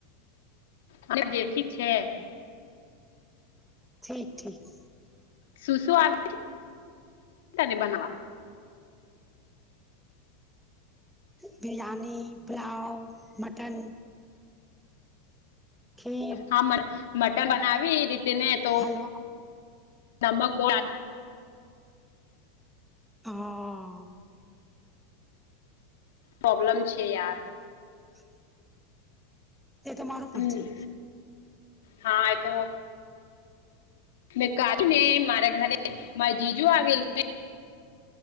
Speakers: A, on the left; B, in the centre.
A: અને બે થી છે.
B: ઠીક ઠીક.
A: શું શું આવે ત બનવા
B: બિરિયાની પલાવ મટન ખીર
A: હા મ મટર બનાવી રીતેને તો
B: હલવા
A: નમક બ
B: હા
A: પ્રોબ્લેમ છે યાર
B: હ તે્યા તમારોું
A: હમ
B: પર છે
A: હા એ તો મેં કા ને મારા ઘરે મારી જીજુ આવેલું